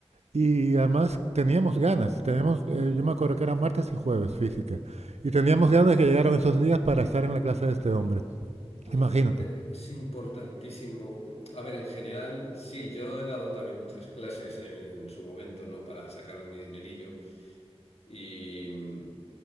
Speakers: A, on the right (about 85°); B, on the left (about 70°).
A: y además teníamos ganas. Teníamos, eh, yo me acuerdo que eran martes y jueves física, y teníamos ganas de que llegaran esos días para estar en la clase de este hombre.
B: claro,
A: Imagínate.
B: eh, es importantísimo. A ver, en general, sí, yo he dado también muchas clases en su momento, ¿no? Para sacarme mi dinerillo y, mm,